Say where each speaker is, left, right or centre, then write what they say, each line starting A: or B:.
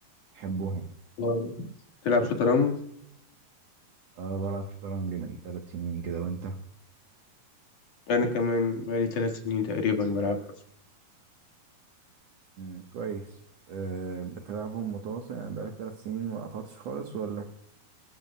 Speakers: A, on the right (about 60°); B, on the left (about 65°).
A: بحبهم
B: واو. تلعب شطرنج
A: أنا بلعب شطرنج من ثلاث سنين كده وأنت؟
B: انا كمان بقالي ثلاث سنين تقريبا بلعبها
A: مم، كويس أه بتلعبهم متواصل يعني بقالك ثلاث سنين ما قطعتش خالص ولا؟